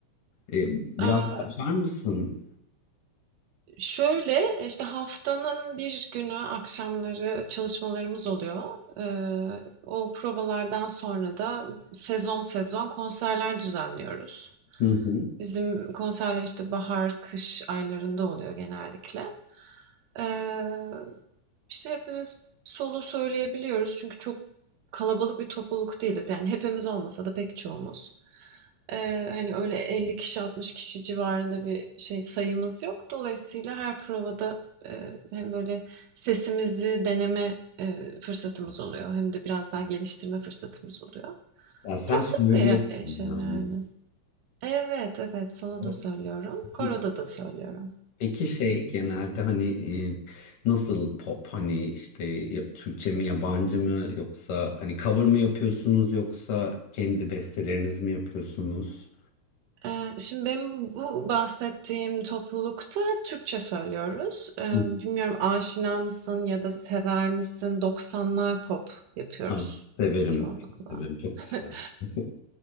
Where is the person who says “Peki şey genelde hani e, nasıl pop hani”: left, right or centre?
Left